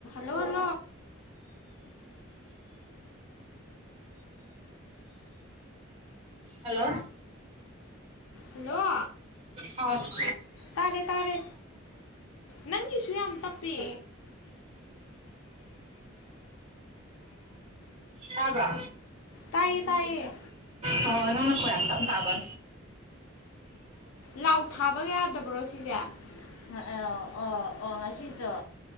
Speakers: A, on the left; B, on the right.
A: hello
B: hello
A: hello
B: ꯑ
A: ꯇꯥꯔꯦ ꯇꯥꯔꯦ ꯅꯪꯒꯤꯁꯨ ꯌꯥꯝ ꯇꯞꯄꯤ
B: ꯀꯥꯔꯕ
A: ꯇꯥꯏꯌꯦ ꯇꯥꯏꯌꯦ
B: ꯍꯣꯏ ꯅꯅ ꯀ ꯌꯥꯝ ꯀ ꯀ ꯑꯕ
A: ꯂꯥꯎ ꯊꯥꯕꯒ ꯌꯥꯗꯕ꯭ꯔꯣ ꯁꯤꯁꯦ ꯑ ꯑꯣ ꯑꯣ ꯉꯁꯤꯁꯨ